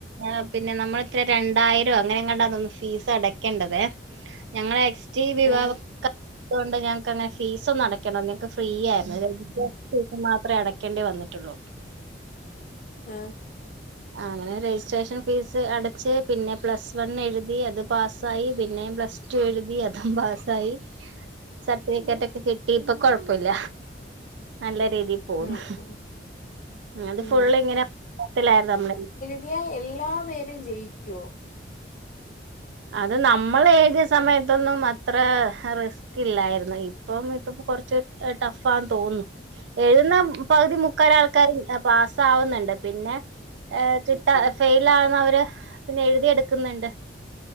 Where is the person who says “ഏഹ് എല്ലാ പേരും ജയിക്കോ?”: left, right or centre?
Left